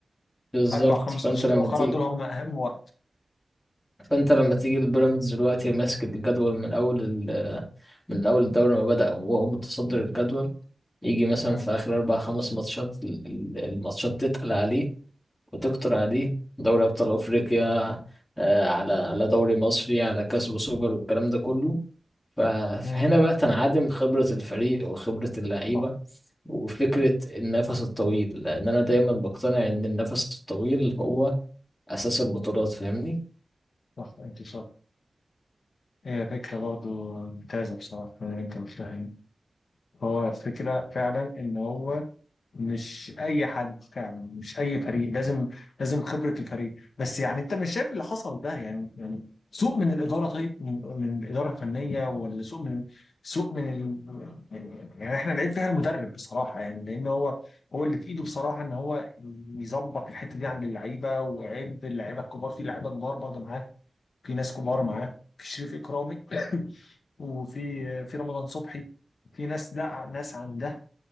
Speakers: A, on the left (about 25°); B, on the left (about 85°).
A: بالظبط
B: اربع خمس
A: فأنت
B: ماتشات
A: لما
B: الاخرى
A: تيجي
B: دول هم اهم وقت
A: فأنت لما تيجي البيراميدز دلوقتي ماسك الجدول من أول ال... آه، من أول الدوري ما بدأ وهو متصدر الجدول يجي مثلا
B: مم.
A: في آخر أربع خمس ماتشات ال- ال- الماتشات تتقل عليه وتقطر عليه دوري أبطال أفريقيا آه، على على دوري مصري على كاس وسوبر والكلام ده كله ف- فهنا
B: مم.
A: بقى تنعدم خبرة الفريق وخبرة اللعيبة
B: صح
A: وفكرة النفس الطويل لأن أنا دايما بقتنع إن النفس الطويل هو أساس البطولات فاهمني
B: صح انت صح هي فكرة برضو ممتازة بصراحة من اللي أنت قلتها يعني هو فكرة فعلا إن هو مش أي حد فعلا مش أي فريق لازم لازم خبرة الفريق بس يعني أنت مش شايف اللي حصل ده يعني يعني سوء من الإدارة طيب من, من الإدارة الفنية ولا سوء من سوء من ال... يعني يعني إحنا نعيب فيها المدرب بصراحة يعني لأن هو هو اللي في إيده بصراحة إن هو يظبط الحتة دي عند اللعيبة وعيب اللعيبة الكبار في لعيبة كبار برضه معاه في ناس كبار معاه في شريف إكرامي <laughs> وفي في رمضان صبحي في ناس ده ناس عن ده